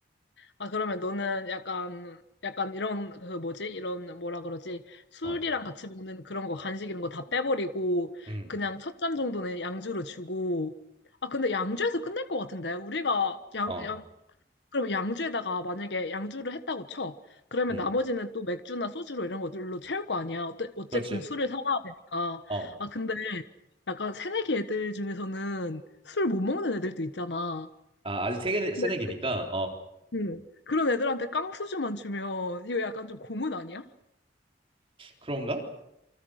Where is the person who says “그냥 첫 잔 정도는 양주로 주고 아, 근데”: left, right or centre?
Left